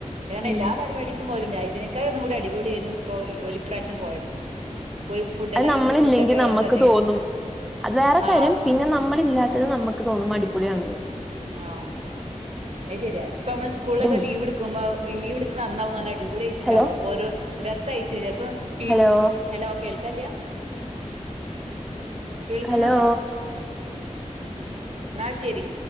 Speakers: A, on the right (about 55°); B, in the centre.
A: കാരണം
B: ഉം
A: എല്ലാ പരിപാടിക്കും പോകലുണ്ട് അതിനേകായിം ഒന്നും കൂടി അടിപൊളി ആയിരുന്നു ഇപ്പോ ഒലിപ്രാവശ്യം പോയത്. പോയി ഫുഡ്
B: അത്
A: എല്ലാരും
B: നമ്മളില്ലെങ്കിൽ
A: കൂടി ഫുഡൊക്കെ
B: നമുക്ക്
A: സദ്യ കഴിച്ച്
B: തോന്നും അത് വേറെ
A: ആ
B: കാര്യം പിന്നെ നമ്മളില്ലാ ത്തത് നമുക്ക് തോന്നും അടിപ്പൊളിയാണ്.
A: ആഹ അത് ശരിയാ ഇപ്പ നമ്മൾ സ്കൂളിലൊക്കെ
B: അതുണ്ട്
A: ലീവ് എടുക്കുമ്പോ ലീവ് അന്നാവും നല്ല അടിപൊളിയായിട്ടുണ്ടാവും
B: ഹലോ
A: ഓരോ രസം ആയിട്ട് ചെല്പം പീ
B: ഹലോ
A: ഹെലോ കേൾക്കാ കല്യാ കേൾക്കുന്നുണ്ടോ?
B: ഹലോ
A: എന്നാ ശേരി.